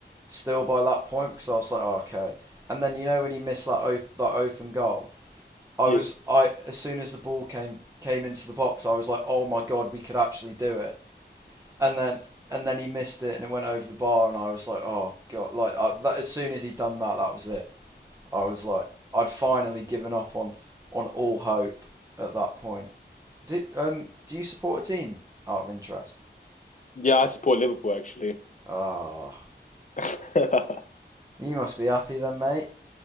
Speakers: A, on the right; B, on the left.
A: still by that point because I was like, oh, okay. And then you know when he missed that op- that open goal, I
B: yeah,
A: was I as soon as the ball came came into the box, I was like, oh my god, we could actually do it and then and then he missed it and it went over the bar and I was like, oh god! Like I, that, as soon as he'd done that, that was it. I was like, I'd finally given up on on all hope at that point. Do um do you support a team out of interest?
B: yeah. I support Liverpool actually.
A: Ah, oh,
B: <laughs>
A: you must be happy then, mate.